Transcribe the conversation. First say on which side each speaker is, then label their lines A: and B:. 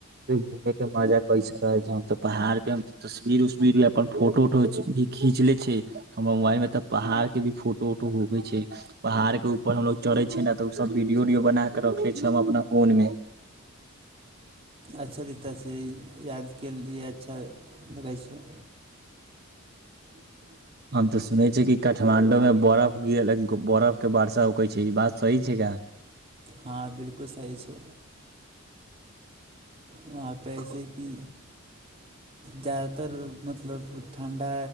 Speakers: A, on the right (about 45°); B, on the right (about 25°).
A: घूमैके मजा कैसन रहै छै त पहाड़ पे तस्वीर उस्वीर अपन फोटो उटो भी खींच लै छै हमर मोबाइल मे तऽ पहाड़ के भी फोटो उटो होवै छै पहाड़ के ऊपर हमलोग चढ़े छै न तऽ ओ सब वीडियो उडियो बना के रखले छी हम अपना फोन मे
B: अच्छा रिस्ता छै यादके लिए अच्छा लगै छै
A: हम तऽ सुनेै छियै की काठमांडू में बरफ गिरल बरफ के वर्षा उकै छै के ई बात सही छै का
B: हँ बिलकुल सही छै वहाँपर जइसे कि जाादातर मतलब ठण्ढा